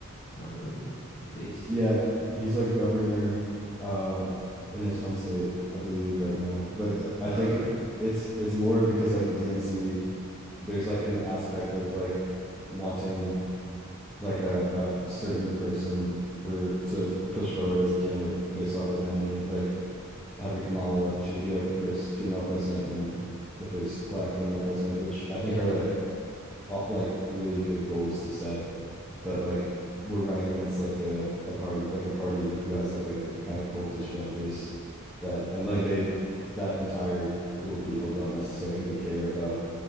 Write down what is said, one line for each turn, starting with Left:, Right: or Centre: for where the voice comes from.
Left: not really the face.
Centre: Yeah, he's like governor um in his home state, I believe, right now. But uh, I
Left: Oh,
Centre: think
Left: okay.
Centre: it, it's it's more because like the DNC, there's like an aspect of like wanting like a, a certain person for to push forward as a candidate based off identity. Like having Kamala, she would be like the first female president and the first black female president, which I
Left: Yeah.
Centre: think are like uh, like really good goals to set, but like we're running against like a a party like a party who has like a kind of cultish fan base that and like they that entire pool of people don't necessarily care about